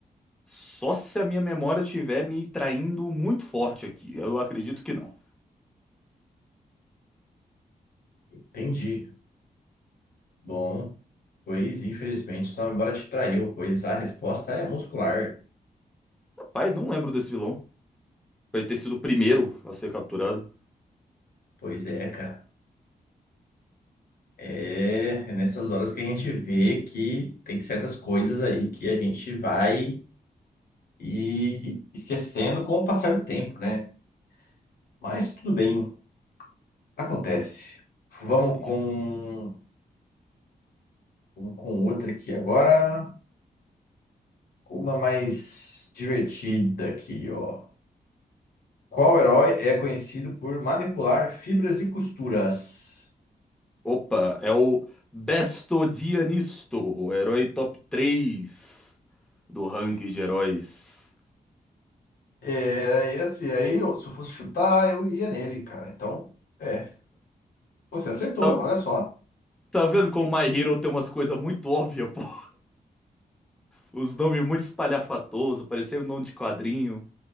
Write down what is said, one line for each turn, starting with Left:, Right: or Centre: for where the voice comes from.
Centre: Só se a minha memória estiver me traindo muito forte aqui. Eu acredito que não.
Left: Entendi. Bom, pois infelizmente sua memória te traiu, pois a resposta é Muscular.
Centre: Rapaz, não lembro desse vilão. Vai ter sido o primeiro a ser capturado.
Left: Pois é, cara. É, é nessas horas que a gente vê que tem certas coisas aí que a gente vai e esquecendo com o passar do tempo, né? Mas tudo bem. Acontece. Vamos
Centre: Aí,
Left: com, vamos com outra aqui agora. Uma mais divertida aqui, ó. Qual herói é conhecido por manipular fibras e costuras?
Centre: Opa, é o Bestodianisto, o herói top 3 do ranking de heróis.
Left: É, e assim, aí eu- se eu fosse chutar, eu iria nele, cara. Então, é. Você acertou,
Centre: Tá,
Left: olha só.
Centre: tá vendo como My Hero tem umas coisas muito óbvias, pô? <laughs> Os nomes muito espalhafatosos, parecendo nome de quadrinho.